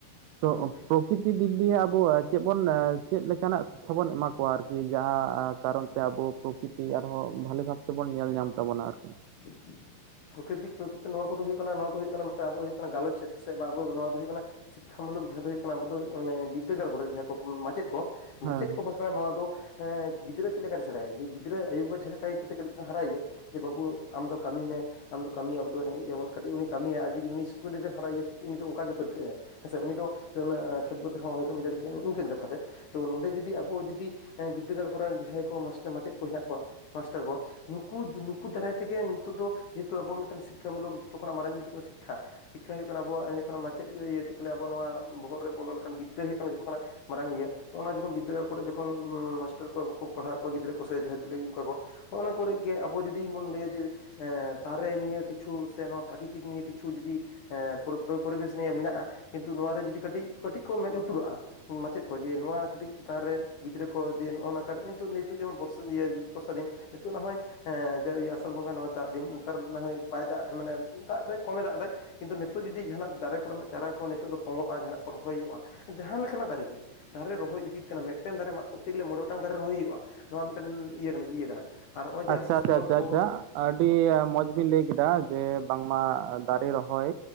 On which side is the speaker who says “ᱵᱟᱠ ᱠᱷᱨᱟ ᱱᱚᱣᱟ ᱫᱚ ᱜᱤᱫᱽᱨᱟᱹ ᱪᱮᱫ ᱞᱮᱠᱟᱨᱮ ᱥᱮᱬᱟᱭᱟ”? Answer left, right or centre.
Left